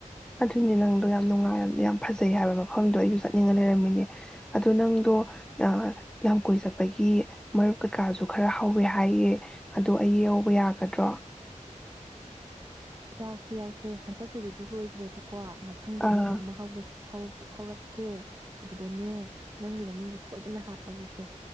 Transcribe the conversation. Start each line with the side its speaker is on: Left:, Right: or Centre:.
Centre: ꯑꯗꯨꯅꯦ ꯅꯪꯗꯣ ꯌꯥꯝ ꯅꯨꯡꯉꯥꯏ ꯌꯥꯝ ꯐꯖꯩ ꯍꯥꯏꯕ ꯃꯐꯝꯗꯣ ꯑꯩꯁꯨ ꯆꯠꯅꯤꯡꯉ ꯂꯩꯔꯝꯃꯤꯅꯦ ꯑꯗ ꯅꯪꯗꯣ ꯂꯝꯀꯣꯏ ꯆꯠꯄꯒꯤ ꯃꯔꯨꯞ ꯀꯩꯀꯥꯁꯨ ꯈꯔ ꯍꯧꯋꯦ ꯍꯥꯏꯌꯦ ꯑꯗꯣ ꯑꯩ ꯌꯧꯕ ꯌꯥꯒꯗ꯭ꯔꯣ
Right: ꯌꯥꯎꯁꯦ ꯌꯥꯎꯁꯦ ꯍꯟꯗꯛꯀꯤꯗꯨꯗꯤ ꯂꯣꯏꯈ꯭ꯔꯦ ꯀꯣ ꯃꯊꯪꯗ
Centre: ꯑꯥ
Right: ꯑꯅꯧꯕ ꯑꯃ ꯍꯧꯔꯁꯤ ꯍꯧꯔꯛꯀꯦ ꯑꯗꯨꯗꯅꯦ ꯅꯪꯒꯤꯗꯃꯤꯡꯗꯣ ꯁꯣꯏꯗꯅ ꯍꯥꯞꯄꯒꯦꯁꯦ